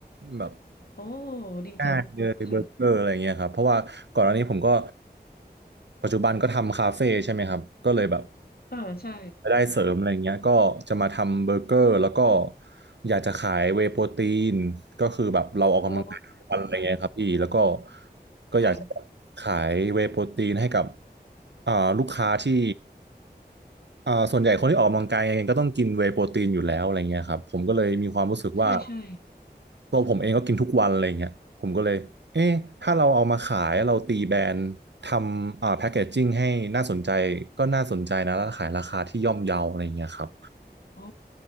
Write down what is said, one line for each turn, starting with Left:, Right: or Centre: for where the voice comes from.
Right: แบบ
Left: โอ้ดีจังค่ะ
Right: ง่ายเลยเบอร์เกอร์อะไรเงี้ยครับเพราะว่าก่อนหน้านี้ผมก็ปัจจุบันก็ทำคาเฟ่ใช่ไหมครับก็เลยแบบ
Left: อ่าใช่
Right: รายได้เสริมอะไรเงี้ยก็จะมาทำเบอร์เกอร์แล้วก็อยากจะขายเวย์โปรตีนก็คือแบบเราออกกำลังกายทุกวันอะไรเงี้ยครับพี่แล้วก็
Left: อ๋อ
Right: ก็อยากจะ
Left: ค่ะ
Right: ขายเวย์โปรตีนให้กับอ่าลูกค้าที่ อ่าส่วนใหญ่คนที่ออกกำลังกายยังไงก็ต้องกินเวย์โปรตีนอยู่แล้วอะไรเงี้ยครับผมก็เลยมีความรู้สึกว่า
Left: ใช่ใช่
Right: ตัวผมเองก็กินทุกวันอะไรเงี้ยผมก็เลยเอ๊ะถ้าเราเอามาขายเราตีแบรนด์ทำอ่าแพ็กเกจจิ้งให้น่าสนใจก็น่าสนใจนะแล้วขายราคาที่ย่อมเยาอะไรเงี้ยครับ
Left: อ๋อ